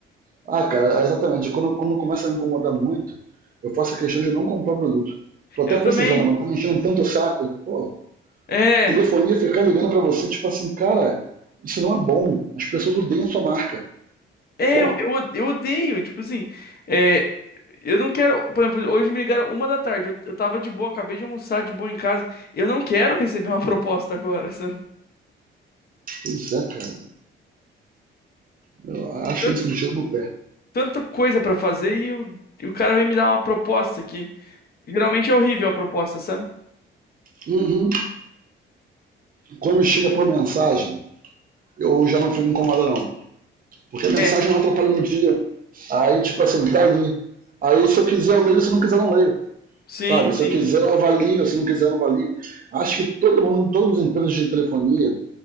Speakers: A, on the right; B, on the left.
A: Ah, cara, é exatamente. Quando, quando começa a me incomodar muito, eu faço a questão de não comprar o produto. Tô até
B: Eu
A: precisando,
B: também.
A: mas tá me enchendo tanto o saco. Pô,
B: É.
A: telefonia ficar ligando pra você, tipo assim, cara, isso não é bom. As pessoas odeiam sua marca.
B: É,
A: Pô,
B: eu, eu, o- eu odeio. Tipo assim, é, eu não quero. Por exemplo, hoje me ligaram uma da tarde. Eu, eu tava de boa, acabei de almoçar de boa em casa. Eu não quero receber uma <laughs> proposta agora, sabe?
A: pois é, cara. Eu acho
B: Tanto,
A: isso
B: de-
A: um tiro no pé.
B: tanta coisa pra fazer e, eu- e o cara vem me dar uma proposta aqui. Geralmente é horrível a proposta, sabe?
A: Uhum. Quando chega por mensagem, eu já não fico incomodado, não. Porque a mensagem
B: É.
A: não atrapalha meu dia. Aí, tipo assim, tá ali. Aí, se eu quiser, eu leio. Se eu não quiser, eu não leio.
B: Sim,
A: Sabe,
B: sim.
A: se eu quiser, eu avalio, se não quiser, eu não avalio. Acho que todo mundo, todas as empresas de telefonia